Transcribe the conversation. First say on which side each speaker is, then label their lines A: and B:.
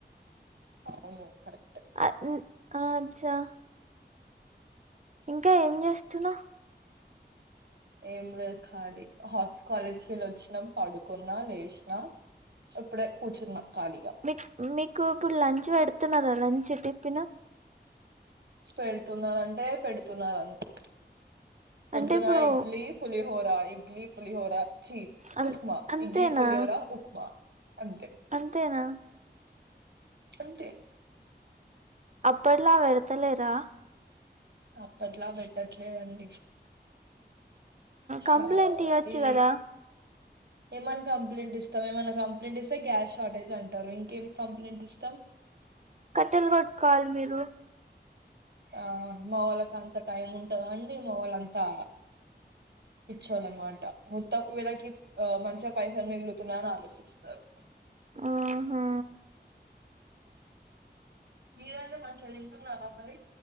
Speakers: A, on the right (about 80°); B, on the right (about 40°).
A: అవును కరేక్ట్
B: ఆ అచ్చా ఇంకా ఏం చేస్తున్నావ్
A: ఏం లేదు కాలి హ కాలేజ్ వెళ్ళి వచ్చినాం పడుకున్నా లేచినా ఇప్పుడే కూర్చున్నా ఖాళీగా
B: మీ మీకు ఇప్పుడు లంచ్ పెడుతున్నారా లంచ్ టిఫిను
A: పెడుతున్నారంటే పెడుతున్నారు అంతే పొద్దునా
B: అంటే ఇప్పుడు
A: ఇడ్లీ పులి హోర ఆ ఇడ్లీ పులిహోరా చీ
B: అన్
A: ఉప్మా
B: అంతేనా
A: ఇడ్లీ పొలిహోరా ఉప్మా అంతే
B: అంతేనా
A: అంతే
B: అప్పుడలా వెడతలేరా
A: అప్పట్లా పెట్టట్లేదండి
B: కంప్లైంట్
A: ఆ
B: ఇయ్యొచ్చు
A: ఈ
B: కదా
A: ఏమన్ని కంప్లైంట్ ఇస్తాం ఏమైన్నా కంప్లైంట్ ఇస్తే గ్యాస్ షార్టేజ్ అంటారు ఇంకేం కం ఎంటిష్టం
B: కట్టెల్ గొట్టుకోవాలి మీరు.
A: ఆ మా వాళ్ళకి అంత టైం ఉంటందా అండి మా వాళ్ళ అంతా, పిచ్చోలనమాట మొత్తం వీళ్ళకి ఆ మంచిగా పైసల్ మిగులుతున్నాయ్ అని ఆలోచిస్తారు.
B: ఆహా
A: మీరండి మంచిగా తింటున్నారా మరి,